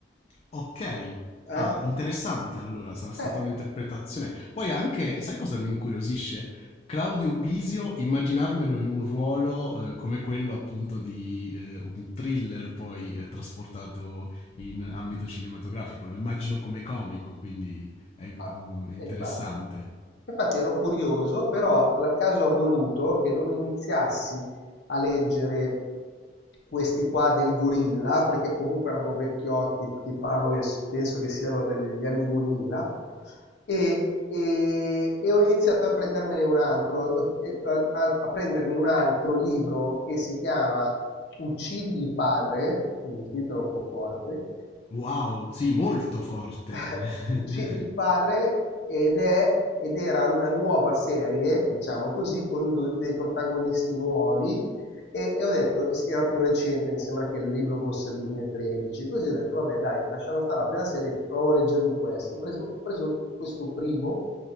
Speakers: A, on the left; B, on the left.
A: Okay.
B: Eh?
A: Ah, interessante allora, sarà stata
B: Eh,
A: un'interpretazione. Poi anche sai cosa mi incuriosisce? Claudio Bisio, immaginarmelo in un ruolo, ehm, come quello appunto di, ehm, un thriller poi, ehm, trasportato in ambito cinematografico. Lo immagino come comico, quindi è v
B: Ah,
A: mhmm, è interessante.
B: e infatti. Infatti ero curioso, però il caso ha voluto che non iniziassi a leggere questi qua del gorilla, perché comunque erano vecchiotti, ti parlo che s- penso che siano degli anni 2000, e, e- e ho iniziato a prendermene un altro, eh, a, a- a prendermi un altro libro che si chiama Uccidi il padre, quindi il titolo è un po' forte,
A: Wow, sì, molto forte.
B: <laughs> Uccidi il
A: <laughs>
B: padre ed è ed era una nuova serie, diciamo così, con do- dei protagonisti nuovi e, e ho detto, era più recente, mi sembra che il libro fosse il 2013, così ho detto, vabbè dai, lasciamo stare la prima serie, provo a leggermi questo. Ho preso, ho preso questo primo